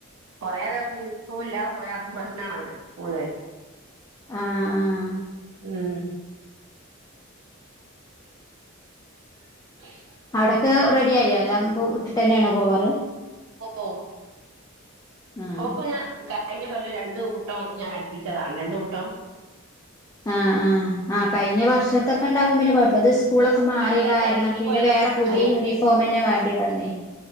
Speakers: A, on the right; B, on the left.
A: കുറേ ദിവസം യൂണഫോം ഇല്ലാതെ പോയാ അതും പ്രശ്നണല്ലേ സ്കൂള
B: ആഹ ആഹ
A: ഉം ഉ <unintelligible>
B: ഇവിടൊക്കെ റെഡി ആയിോ എല്ലാം ഇ ഇട്ടിട്ട് തന്നെയാണ് പോവാറ്
A: ഓ
B: ആഹ്
A: ഓക്ക ഞാ കൊല്ല രണ്ട കൂട്ടം ഞാൻ അടുപ്പിച്ചതാണ് രണ്ട കൂട്ടം
B: ആ ആ ആ കഴിഞ്ഞ വർഷത്തൊക്കെ ഉണ്ടാവും പിന്നെ കുഴപ്പം സ്കൂളൊക്കെ മാറിയ
A: അതെന്താച്ചാല്
B: കാരണം
A: ഈ
B: പിന്നെ
A: കൊല്ലം
B: വേറെ പുതിയ
A: അല്ല
B: യൂണിഫോം തന്നെ വേണ്ടി വന്നേ